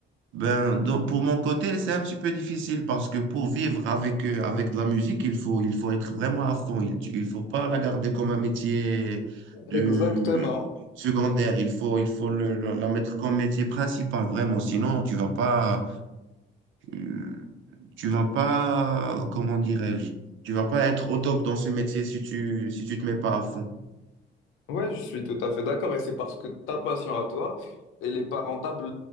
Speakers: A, on the right; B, on the left.
A: Ben, donc, pour mon côté, c'est un petit peu difficile parce que pour vivre avec, euh, avec de la musique, il faut, il faut être vraiment à fond. Il ne faut pas la garder comme un métier de,
B: Exactement.
A: secondaire. Il faut, il faut le- le- la mettre comme métier principal, vraiment. Sinon, tu vas pas, euh, tu vas pas, comment dirais-je, tu vas pas être au top dans ce métier si tu, si tu te mets pas à fond.
B: Ouais, je suis tout à fait d'accord et c'est parce que ta passion à toi, elle est pas rentable,